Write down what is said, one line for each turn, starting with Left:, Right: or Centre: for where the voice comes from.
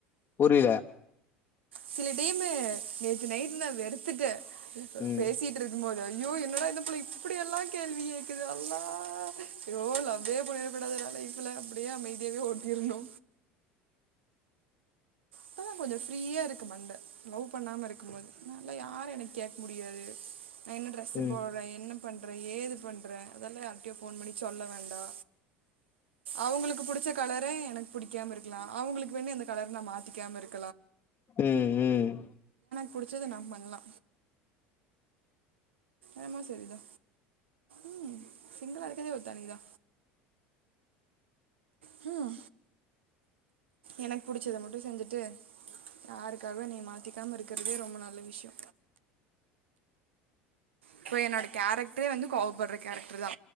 Left: புரில
Right: சில டைமு நேத்து நைட்டு நா வெறுத்துட்டே <unintelligible>
Left: ம்.
Right: பேசிட்டு இருக்கும் போது ஐயோ என்னடா இந்த புள்ள இப்டியெல்லா கேள்வி கேக்குது அல்லா அய்யோ லவ்வே பன்னிரக்கூடாதுடா லைஃப்ல அப்டியே அமைதியாவே ஓட்டிருணு இப்பதா கொஞ்சோ ஃப்ரீயாருக்கு மண்ட லவ் பண்ணாம இருக்கும்போது நல்லா யாரும் என்ன கேட்க் முடியாது ந இன்னு ட்ரெஸ்ஸு
Left: ம்.
Right: போட்ல இன்னும் பண்றே ஏது பண்றே அதெல்லா யார்டையு ஃபோன் பண்ணி சொல்ல வேண்டா அவங்களுக்கு புடிச்ச கலரே எனக்கு புடிக்காம இருக்கலா அவங்களுக்கு வேண்டி அந்த கலர நா மாத்திக்காம இருக்
Left: ம் ம்
Right: புடிச்சது நா பண்லா ஆமா சரிதா உம் சிங்களா இருக்கதே ஒரு தனி தா ஹும் எனக்கு புடிச்சத மட்டு செஞ்சுட்டு யாருக்காகவு என்னிய மாத்திக்காம இருக்கிறதே ரொம்ப நல்ல விஷ்யோ இப்போ என்னோட கேரக்டரே வந்து கோவப்படுற கேரக்டர் தா